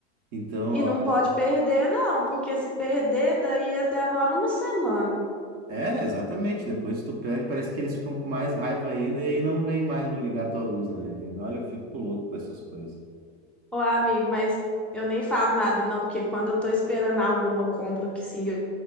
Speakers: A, on the right (about 45°); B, in the centre.
A: Então,
B: E
A: ó,
B: não pode perder, não, porque se perder, daí eles demoram uma semana.
A: é, exatamente. Depois tu pede, parece que eles ficam com mais raiva ainda e aí não vem mais ligar a tua luz, né? E, olha, eu fico louco com essas coisas.
B: Ô, amigo, mas eu nem falo nada, não, porque quando eu tô esperando alguma compra que sim, eu